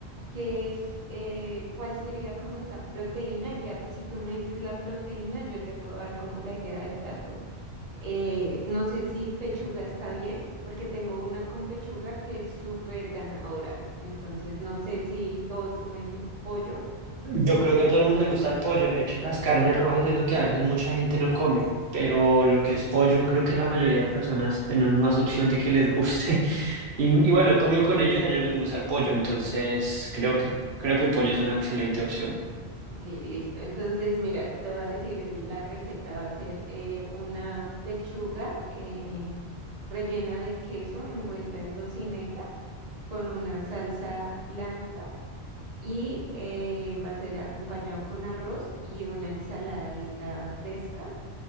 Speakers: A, on the right; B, on the right.
A: que es eh, cuál sería como esa proteína. y Ya si tú me dices la proteína, yo te puedo dar como la idea del plato. Eh, no sé si pechuga está bien, porque tengo una con pechuga que es súper ganadora. Entonces, no sé si todos comen pollo.
B: Yo creo que a todo el mundo le gusta el pollo. De hecho, las carnes rojas es lo que a veces mucha gente no come, pero lo que es pollo, creo que la mayoría de personas tenemos más opción de que les guste. <laughs> Y, y bueno, he comido con ellos y a ellos les gusta el pollo, entonces creo que, creo que el pollo es una excelente opción.
A: Ok, listo. Entonces, mira, te voy a decir, el- la receta va a ser eh, una pechuga eh, rellena de queso envuelta en tocineta con una salsa blanca y eh, va a ser acompañado con arroz y una ensaladita fresca